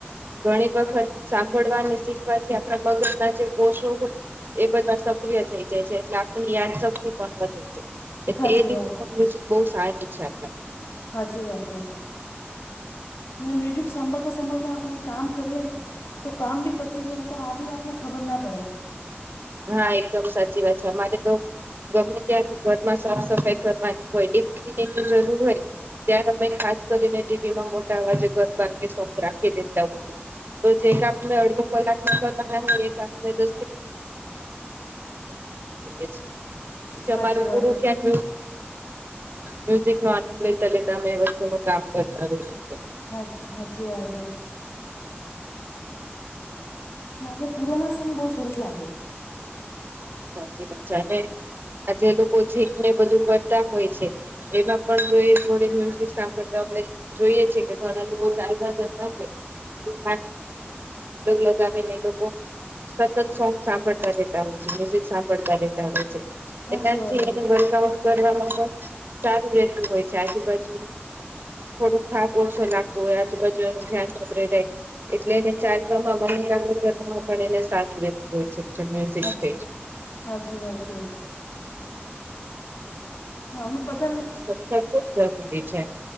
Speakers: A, on the right; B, on the left.
A: ઘણી વખત સાંભળવા અને શીખવાથી આપણા મગજ ના જે કોષોય એ બધા સક્રિય થઈ જાય છે એટલે આપની યાદશક્તિ પણ વધુ જાય
B: સાચી
A: એ રી
B: વાત
A: પણ મ્યુઝિક બહ સારીું છે આપ
B: સાાચી વાત હૈ મ્યુઝિક સાંભળતા સાંભળતા આપણે કામ કરીએ ને તો કામ બી પતી જાય તો આ બી આપણે ખબર ના પડે
A: હા એકદમ સાચી વાત છે અમારે તો ગમે ત્યાં ઘરમાં સાફ સફાઈ કરવાની હોય દેનેની જરૂર હોય ત્યારે અમે ખાસ કરીને ટીવી માં મોટા અવાજે ગરબંધ કે સોખ રાખી દેતા તો જે કામ મે અડધો કલાકનાય એ કામ દ લેતા હો કે
B: સાચી
A: અમારે પૂરું
B: વાત હે
A: ધ્યાન મેવશે નો આનંદ લેતાેતા અમે વસ્તુ ન કામ કરતા હોઈએ છી
B: હાચી સાાચી વાત હ ને આપડણે પુરાના સાંગ બહુ સરસ લાગે
A: સાચી વાત છે અને આ જે લોકો છેીક ને બધું કરતા હોય છે એમાં પણ જોઈ થડે મ્યુઝ કરતા આપડ જોઈએ છે કે ઘણા લોકો ચાલતા જતા હોય ક લગાવે ને લોકો સતત સોંગ સાંભળતા ર રહે સાપડતા રહેેતા હોય છે
B: સાચી
A: એનાથી
B: વાત હે
A: એ વર્કઆઉટ કરવામાં પણ સારું રહેતું હોય છે આજુબાજુ થોડુંક થાક ઓછો લાગતું હોય આજુ બાજુ એનું ધ્યાન વપરે જાય એટલે એને ચાલવામાં લાખ રૂપિયામાં એને સાેત હોય છે જે મ્યુઝિક
B: હાજીી
A: થી
B: હાજીી વા છે હા અમે બધા
A: રીા ખુબ જરૂરી છે